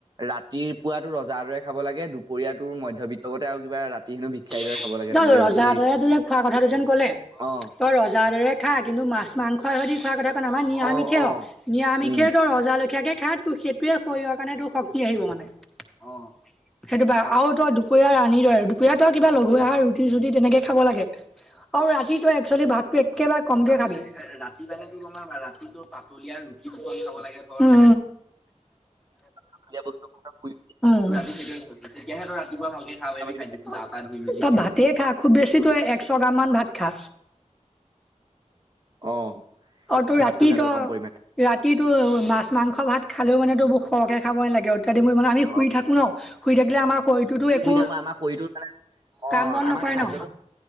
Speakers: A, on the right (about 35°); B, in the centre.
A: ৰাতিৰ পোৱাটো ৰজাৰ দৰে খাব লাগে, দুপৰীয়াটোৰ মধ্যবিত্তকতে আৰু
B: ৰজাদাৰে
A: কিবা ৰাতি হেনো ভিক্ষাৰীৰ দৰে খাব লাগে তেনেকে ৰুটি
B: ত যে খোৱা কথাটো যে কলে
A: অ
B: তই ৰজা দৰে খা কিন্তু মাছ মাংস এহি খোৱাৰ কথা কোৱা নাই, আমাৰ নিৰামিষে
A: অ অ
B: হওঁক নিৰামিষে
A: উম
B: তোৰ ৰজালখীয়াকে খা তোৰ সে শৰীৰৰ কাৰণে তোৰ শক্তি আহিব মানে। অ', সেইটো পাৰা আৰু তই দুপৰীয়াৰ ৰা দুপৰীয়া তই কিবা লঘু আহাৰ ৰুটি-চুটি তেনেকে খাব লাগে আৰু ৰাতি তই একচলি ভাতো একেবাৰে কমকে খাবি। এ ৰাতি মানে <unintelligible> ৰাতিটো তোমাৰ পাতলীয়া ৰুতি দুখন খাব লাগে ধৰ। উম
A: পাতলীয়া বস্তু শুই
B: উম। তেতিয়াহে তই ৰাতিপুৱা ভালকে খাব পাৰিবি
A: ৰাতি
B: খাদ্য
A: খাব পাৰিবি।
B: তই ভাতেই খা, খুব বেছি তই একচ গাম মান ভাত খা।
A: অ
B: অ', তোৰ
A: ভাতটো
B: ৰাতি
A: খালেও
B: ত,
A: কম পৰিমাণে
B: ৰাতি ইটো মাছ মাংস ভাত খালেও মানে তোৰ বহু সৰহকৈ খাব নালাগে অ <unintelligible> মানে আমি শুই
A: অ
B: থাকো ন, শুই থাকিলে আমাৰ শৰীৰটোতো একো
A: শুই থাকো আমাৰ শৰীৰটো মানে অ
B: কাম বন
A: আমাৰ
B: নকৰে
A: খাদ্যটো
B: ন?